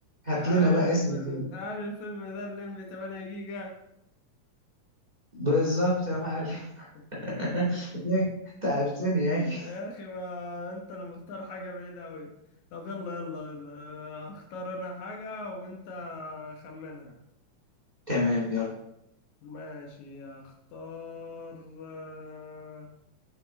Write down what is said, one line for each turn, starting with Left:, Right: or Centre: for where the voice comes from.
Right: هات
Left: آه،
Right: لنا
Left: هل
Right: بقى
Left: الفيلم
Right: اسم الفيلم
Left: هل الفيلم ده الليمبي 8 جيجا
Right: بالظبط يا معلم
Left: <laughs>
Right: <laughs> يا أخي، تعبتني يا اخي
Left: يا أخي ما أنت اللي مختار حاجة بعيدة أوي طب يلا يلا يلا آه، هختار أنا حاجة وأنت خمنها
Right: تمام يلا
Left: ماشي هختار آه،